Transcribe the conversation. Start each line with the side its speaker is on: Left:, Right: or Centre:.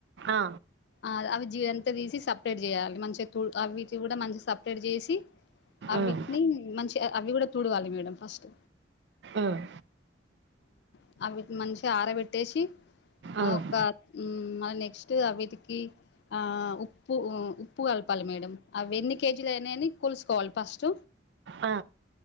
Right: ఆ,
Left: ఆ అవి జీడంత తీసి సపరేట్ చేయాలి మంచిగా తు అవిటి కూడా మంచి సపరేట్ చేసి అవిటిని
Right: ఉమ్,
Left: మంచి అవి కూడా తూడవాలి మేడం ఫస్ట్
Right: ఉమ్,
Left: ఆ అవి మంచిగా ఆరబెట్టేసి
Right: ఉమ్,
Left: ఒక మళ్ళీ నెక్స్ట్ అవిటి ఆ ఉప్పు ఉప్పు కల్ప పాలి మేడం అవి ఎన్ని కేజీలు అయినాయని కొలుసుకోవాలి ఫస్ట్
Right: ఆ